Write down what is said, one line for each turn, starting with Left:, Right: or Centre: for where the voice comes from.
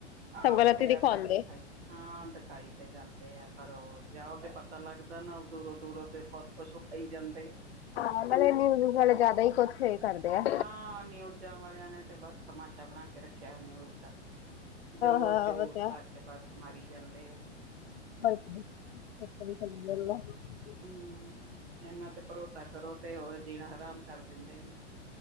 Right: ਹਾਂ,
Left: ਸਭ ਗਲਤ
Right: ਬਥੇਰਾ
Left: ਹੀ ਦਿਖਾਉਂਦੇ
Right: ਕੋਛ ਦਖਾਏ ਹਾਂ ਦਿਖਾਈ ਤੇ ਜਾਂਦੇ ਆ ਪਰ ਉਹ, ਜਾਓ ਤੇ ਪਤਾ ਲੱਗਦਾ ਨਾ, ਉਹ ਦੂਰੋਂ-ਦੂਰੋਂ ਤੇ ਬੌਤ ਕੁਛ ਵਿਖਾਈ ਜਾਂਦੇ ਐ।
Left: ਹਾਂ ਨਾਲੇ ਨੀਓਜ਼ <unintelligible> ਵਾਲੇ ਜ਼ਿਆਦਾ ਈ ਕੁੱਛ <unintelligible> ਕਰਦੇ ਐ।
Right: ਹਾਂ ਨੇ ਉਹ ਜਾ ਵਾਲੇਆਂ ਨੇ ਤੇ ਬਸ, ਤਮਾਸ਼ਾ ਬਣਾ ਕੇ ਰੱਖਿਆ ਨਿਊਜ਼ ਦਾ। ਜੋ
Left: ਹਾਂ
Right: ਝੂਠ
Left: ਉਹ ਤੇ
Right: ਸੱਚ
Left: ਹੈ
Right: ਬਸ ਮਾਰੀ ਜਾਂਦੇ ਐ।
Left: <inaudible>
Right: ਹੂੰ, ਏਹਨਾਂ ਤੇ ਭਰੋਸਾ ਕਰੋ ਤੇ ਉਹ ਜੀਣਾ ਹਰਾਮ ਕਰ ਦਿੰਦੇ ਨੇ।